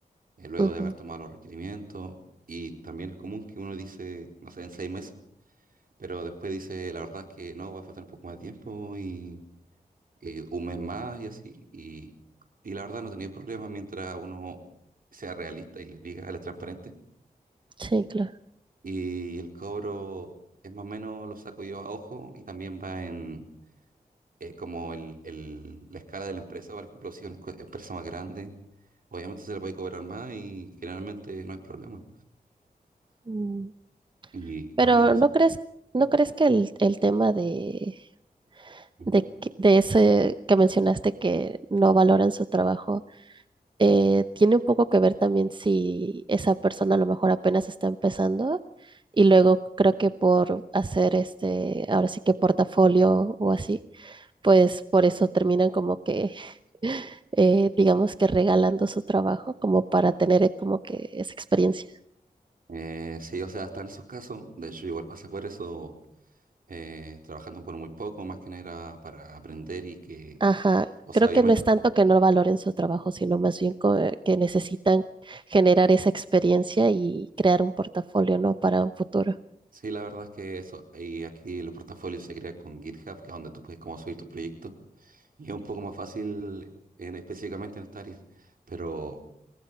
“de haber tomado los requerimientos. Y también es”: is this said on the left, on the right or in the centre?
Right